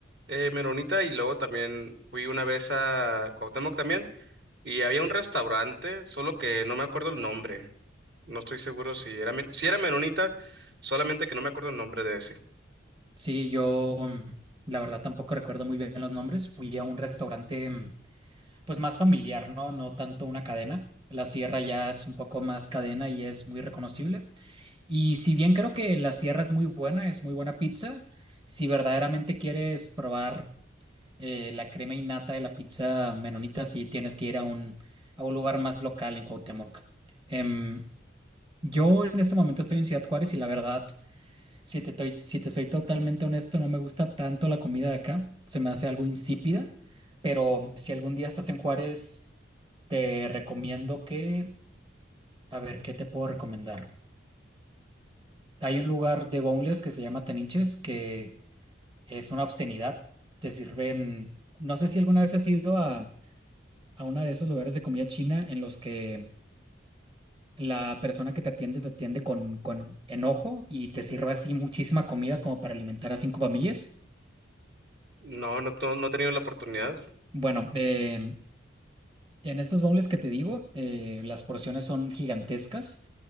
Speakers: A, on the right; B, on the right.
A: eh, meronita y luego también fui una vez a Cuauhtémoc también y había un restaurante, solo que no me acuerdo el nombre. No estoy seguro si era, men- si era meronita, solamente que no me acuerdo el nombre de ese.
B: Sí, yo mm, la verdad tampoco recuerdo muy bien los nombres. Fui a un restaurante mm, pues más familiar, ¿no? No tanto una cadena. La Sierra ya es un poco más cadena y es muy reconocible. Y si bien creo que la Sierra es muy buena, es muy buena pizza, si verdaderamente quieres probar eh, la crema innata de la pizza menonita, sí tienes que ir a un, a un lugar más local en Cuauhtémoc. Em, yo en este momento estoy en Ciudad Juárez y la verdad si te, toy- si te soy totalmente honesto, no me gusta tanto la comida de acá. Se me hace algo insípida. Pero si algún día estás en Juárez, te recomiendo que... A ver, ¿qué te puedo recomendar? Hay un lugar de boneless que se llama Teniches, que es una obscenidad. Te sirven... No sé si alguna vez has ido a, a uno de esos lugares de comida china en los que la persona que te atiende te atiende con, con enojo y te sirve así muchísima comida como para alimentar a cinco familias.
A: No, no, to- no he tenido la oportunidad.
B: Bueno, eh, En estas bombles que te digo, eh, las porciones son gigantescas.